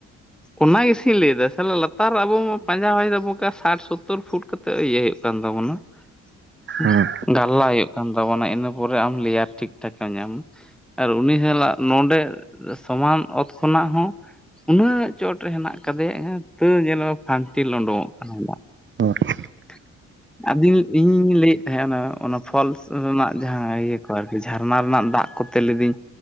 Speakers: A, in the centre; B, on the right.
A: ᱚᱱᱟ ᱜᱮᱥᱤᱧ ᱞᱟᱹᱭ ᱮᱫᱟ ᱥᱟᱞᱟ ᱞᱟᱛᱟᱨ ᱟᱵᱚ ᱢᱟ ᱯᱟᱸᱡᱟ ᱵᱟᱭ ᱫᱟᱵᱚ ᱾ ᱠᱟ ᱥᱟᱴ ᱥᱳᱛᱳᱨ ᱯᱷᱩᱴ ᱠᱟᱛᱮ ᱤᱭᱟᱹ ᱦᱩᱭᱩᱜ ᱠᱟᱱ ᱛᱟᱵᱚᱱᱟ ᱾ <unintelligible>
B: ᱦᱮᱸ
A: ᱞᱟ ᱦᱩᱭᱩᱜ ᱠᱟᱱ ᱛᱟᱵᱚᱱᱟ ᱤᱱᱟᱹ ᱯᱚᱨᱮ ᱟᱢ ᱞᱮᱭᱟᱨ ᱴᱷᱤᱠ ᱴᱷᱟᱠ ᱮᱢ ᱧᱟᱢᱟ ᱾ ᱟᱨ ᱩᱱᱤ ᱦᱮᱞᱟᱜ ᱱᱚᱸᱰᱮ ᱥᱚᱢᱟᱱ ᱚᱛ ᱠᱷᱚᱱᱟᱜ ᱦᱚᱸ ᱩᱱᱟᱹᱜ ᱪᱚᱴ ᱨᱮ ᱦᱮᱱᱟᱜ ᱟᱠᱟᱫᱮᱭᱟᱮ <unintelligible> ᱛᱟᱹᱣ ᱧᱮᱞ ᱢᱮ ᱯᱷᱟᱱᱴᱤᱞ ᱩᱰᱩᱝᱚᱜ ᱠᱟᱱᱟ ᱫᱟᱜ ᱾
B: ᱦᱚ ᱾
A: <inaudible> ᱟᱫᱚ ᱤᱧᱤᱧ ᱞᱟᱹᱭᱮᱫ ᱛᱟᱦᱮᱸᱫᱱᱟ ᱚᱱᱟ ᱚᱱᱟ ᱯᱷᱚᱞᱥ ᱨᱮᱱᱟᱜ ᱡᱟᱦᱟᱸ ᱤᱭᱟᱹ ᱠᱚ ᱟᱨᱠᱤ ᱡᱷᱟᱨᱱᱟ ᱨᱮᱱᱟᱜ ᱫᱟᱜ ᱠᱚᱛᱮ ᱞᱤᱫᱤᱧ